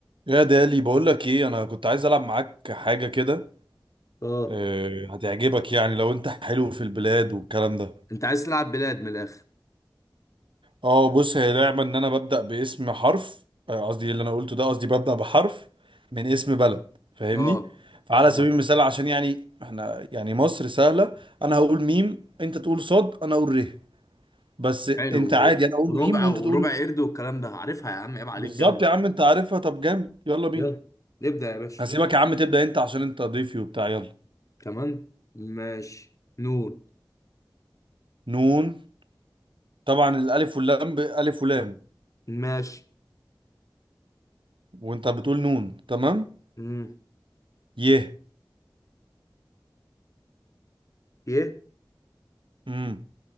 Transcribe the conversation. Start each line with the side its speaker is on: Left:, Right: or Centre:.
Right: يا دالي بقول لك ايه انا كنت عايز العب معاك حاجه كده
Left: اه
Right: آه، هتعجبك يعني لو انت حلو في البلاد والكلام ده
Left: انت عايز تلعب بلاد من الاخر
Right: اه بص هي لعبه ان انا ببدا باسم حرف آه، قصدي اللي انا قلته ده قصدي ببدا بحرف من اسم بلد فاهمني
Left: اه
Right: فعلى
Left: فاهم
Right: سبيل المثال عشان يعني احنا يعني مصر سهله انا هقول ميم انت تقول صاد انا اقول ره بس انت
Left: حلو
Right: عادي انا اقول
Left: وربع
Right: ميم وانت
Left: وربع
Right: تقول
Left: قرد والكلام ده عارفها يا عم عيب عليك
Right: بالظبط
Left: يلا
Right: يا عم انت عارفها طب جامد يلا بينا
Left: يلا نبدأ يا باشا
Right: هسيبك يا عم تبدا انت عشان انت ضيفي وبتاع يلا
Left: كمان ماشي نون
Right: نون طبعا الالف واللام ب... الف ولام
Left: ماشي
Right: وانت بتقول نون تمام
Left: مم.
Right: ي
Left: ي
Right: امم